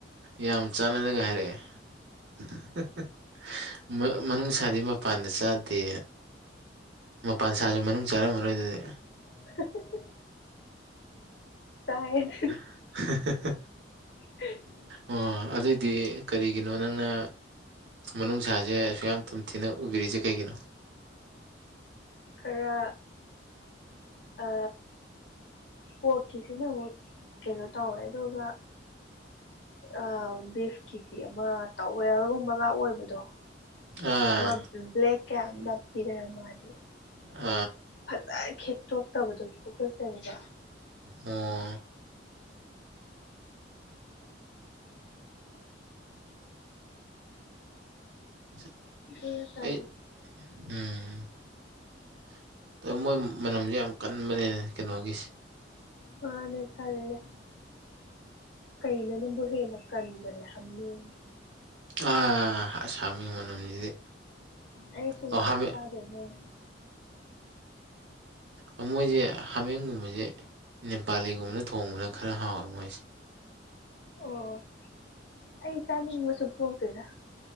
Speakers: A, on the right; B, on the left.
A: ꯌꯥꯝ ꯆꯥꯟꯅꯅꯒ ꯍꯥꯏꯔꯛꯑꯦ <unintelligible> ꯃꯅꯨꯡ ꯁꯥꯗꯤ ꯃꯄꯥꯟꯗ ꯆꯥꯗꯦ ꯃꯄꯥꯟ ꯁꯥꯁꯨ ꯃꯅꯨꯡ ꯆꯥꯔꯝꯃꯔꯣꯏ ꯑꯗꯨꯗꯤ
B: <unintelligible> ꯆꯥꯏꯑꯦ
A: <unintelligible>
B: <unintelligible>
A: ꯑꯣ ꯑꯗꯨꯑꯣꯏꯗꯤ ꯀꯔꯤꯒꯤꯅꯣ ꯅꯪꯅ ꯃꯅꯨꯡꯁꯥꯁꯦ ꯑꯁꯨꯛ ꯌꯥꯝ ꯇꯝꯊꯤꯅ ꯎꯕꯤꯔꯤꯁꯦ ꯀꯩꯒꯤꯅꯣ
B: ꯈꯔ ꯑ ꯄꯣꯛꯀꯤꯁꯤꯅ ꯑꯃꯨꯛ ꯀꯩꯅꯣ ꯇꯧꯋꯦ ꯑꯗꯨꯒ ꯑ ꯕꯤꯐꯀꯤꯗꯤ ꯑꯃ ꯇꯋꯦꯜꯒꯨꯝꯕꯒ ꯑꯣꯏꯕꯗꯣ
A: ꯑꯥ
B: ꯑꯃ ꯕ꯭ꯂꯦꯛ ꯀ ꯌꯥꯝ ꯅꯞ ꯄꯤꯗꯅ ꯃꯥꯗꯤ
A: ꯑ
B: <unintelligible> ꯈꯦꯠꯇꯣꯛꯇꯕꯗꯣ ꯊꯨꯀꯠꯆꯩꯕ
A: ꯑꯣ <inaudible>
B: <unintelligible>
A: ꯑꯩ ꯎꯝ <unintelligible> ꯃꯣꯏ ꯃꯅꯝꯁꯦ ꯌꯥꯝ ꯀꯟꯕꯅꯤꯅꯦ ꯀꯩꯅꯣꯒꯤꯁꯦ
B: ꯋꯥꯅꯦ ꯀꯟꯂꯦ ꯀꯩꯅꯣꯅꯕꯨ ꯍꯦꯟꯅ ꯀꯟꯕꯅꯦ ꯍꯃꯦꯡꯅ
A: ꯑꯥ ꯑꯁ ꯍꯃꯦꯡ ꯃꯅꯝꯁꯤꯗꯤ
B: ꯑꯩ ꯁꯨꯡꯆꯥ
A: ꯑꯣ ꯍꯥꯃꯦꯡ
B: ꯆꯥꯗꯦ ꯑꯗꯨꯅ
A: ꯎꯝ ꯃꯣꯏꯁꯦ ꯍꯥꯃꯦꯡꯒꯨꯝꯕꯁꯦ ꯅꯦꯄꯥꯂꯤꯒꯨꯝꯕꯅ ꯊꯣꯡꯕꯅ ꯈꯔ ꯍꯥꯎꯋꯦ ꯃꯣꯏꯁꯦ
B: ꯑꯣ ꯑꯩ ꯆꯥꯅꯤꯡꯕꯁꯨ ꯄꯣꯛꯇꯦꯗ